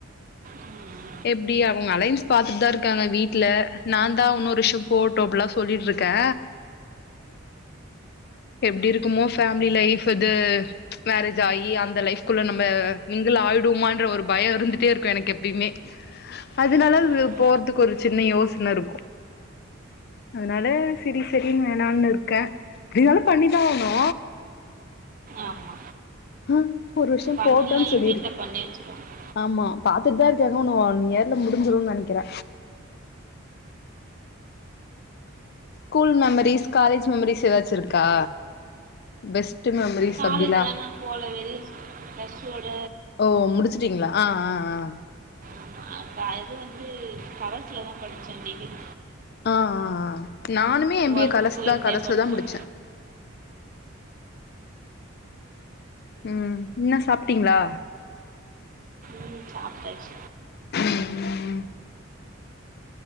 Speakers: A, on the right (about 40°); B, on the left (about 50°).
A: ம்
B: எப்டி அவங்க அலையன்ஸ் பாத்துட்டு தா இருக்காங்க வீட்டுல நா தா உன்னு ஒரு வருஷோ போட் டோ அப்பல்லா சொல்லிட்டு இருக்கே எப்டி இருக்குமோ ஃபேமிலி லைஃப் இது மேரேஜ் ஆகி அந்த லைஃப்குள்ள நம்ம மிங்கில் ஆயிடுவமான்ற ஒரு பயோ இருந்துட்டே இருக்கு எனக்கு எப்பயுமே அதனால
A: ம்
B: அது போறதுக்கு ஒரு சின்ன யோசன இருக்கு அதனால செரி செரின்னு வேணானு இருக்கே எப்டின்னாலு பண்ணிதா ஆகணு
A: ஆமா
B: ஆ ஒரு வருசோ
A: பன்னெண்டுலையும்
B: போட்டோனு சொல்லிருக்க
A: வீட்டில் பண்ணி வச்சுருவாங்க
B: ஆமா பாத்துட்டு தா இருக்காங்க உன்னு ஒன் இயர்ல முடிஞ்சிருன்னு நெனைக்கற ஸ்கூல் மெமரிஸ் காலேஜ் மெமரிஸ் ஏதாச்சு இருக்கா பெஸ்ட் மெமரிஸ்
A: காலேஜ்லா
B: அப்டிலா
A: நா போல வெறு பிளஸ் டு வோட
B: ஓ முடிச்சுட்டீங்களா ஆ ஆ
A: ஆமாம் க அது வந்து கரஸ்ல தா படிச்சே டிகிரி
B: ஆ ஆ ஆ நானுமே எம் பி
A: ஒர்க்கு
B: ஏ கலஸ்
A: போயிட்டே
B: தா கரஸ்ல
A: படித்தோம்
B: தா முடிச்சே ம் என்ன சாப்பிட்டீங்களா
A: ம் சாப்டச்
B: ம் ம் ம்